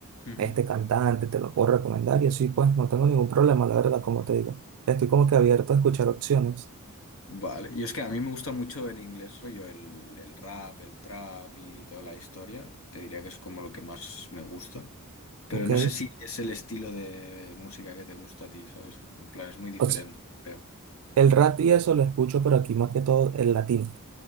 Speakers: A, on the left; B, on the right.
A: Ujú.
B: este cantante, te lo puedo recomendar y así pues no tengo ningún problema, la verdad, como te digo. Estoy como que abierto a escuchar opciones,
A: Vale, y es que a mí me gusta mucho en inglés, rollo, el, el rap, el trap y toda la historia. Te diría que es como lo que más me gusta. Pero
B: ¿ok?
A: no sé si es el estilo de música que te gusta a ti, ¿sabes? En plan, es muy diferente,
B: O sea,
A: creo.
B: el rap y eso lo escucho, pero aquí más que todo el latino.